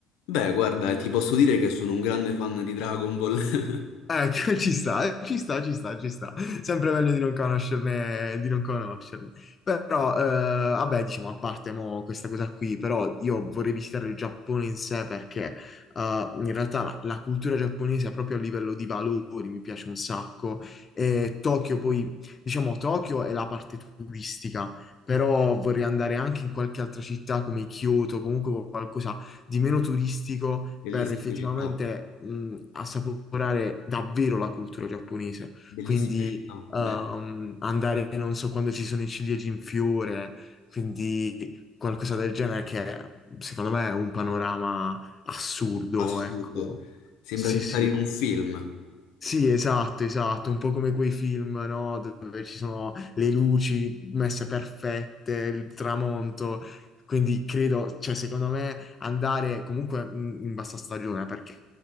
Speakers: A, on the left (about 80°); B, on the left (about 20°).
A: Beh, guarda, ti posso dire che sono un grande fan di Dragon Ball. <laughs>
B: Eh, <laughs> ci sta, eh, ci sta, ci sta, ci sta. Sempre meglio di non conoscerne, di non conoscerne. Però, eh, vabbè, diciamo, a parte mo questa cosa qui, però io vorrei visitare il Giappone in sé perché eh, in realtà la, la cultura giapponese proprio a livello di valori mi piace un sacco. E Tokyo poi, diciamo, Tokyo è la parte turistica, però vorrei andare anche in qualche altra città come Kyoto, comunque qualcosa di meno turistico
A: Bellissime
B: per effettivamente
A: città,
B: mh, assaporare davvero la cultura giapponese.
A: bellissime
B: Quindi
A: città. Beh,
B: ehm, andare, non so, quando ci sono i ciliegi in fiore, quindi qualcosa del genere che secondo me è un panorama assurdo,
A: assurdo.
B: ecco.
A: Sembra
B: Sì,
A: di stare
B: sì.
A: in un film,
B: Sì, esatto, esatto, un po' come quei film, no? Dove ci sono le luci messe perfette, il tramonto. Quindi credo, cioè, secondo me andare comunque in, in bassa stagione, perché